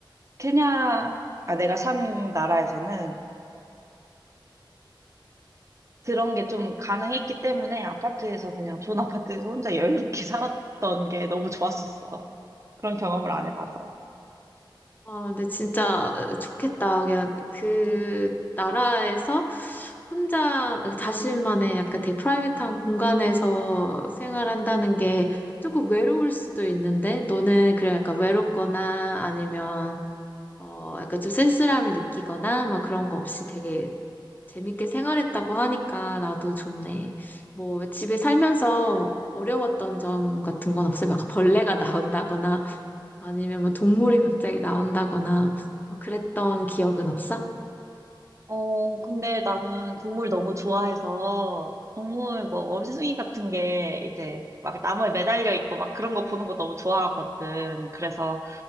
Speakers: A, on the right; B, on the left.
A: 케냐, 아, 내가 산 나라에서는 그런 게 좀 가능했기 때문에 아파트에서 그냥 존 아파트에서 혼자 여유롭게 살았던 게 너무 좋았었어. 그런 경험을 안 해봐서.
B: 아, 근데 진짜 어, 좋겠다. 그냥 그 나라에서 혼자 자신만의 약간 되게 프라이빗한 공간에서 생활한다는 게 조금 외로울 수도 있는데 너는 그래 약간 외롭거나 아니면 어 약간 좀 쓸쓸함을 느끼거나 막 그런 거 없이 되게 재밌게 생활했다고 하니까 나도 좋네. 뭐 집에 살면서 어려웠던 점 같은 건 없어요? 약간 벌레가 나온다거나 아니면 뭐 동물이 갑자기 나온다거나 뭐 그랬던 기억은 없어?
A: 어, 근데 나는 동물 너무 좋아해서 동물 뭐 원숭이 같은 게 이제 막 나무에 매달려 있고 막 그런 거 보는 거 너무 좋아하거든. 그래서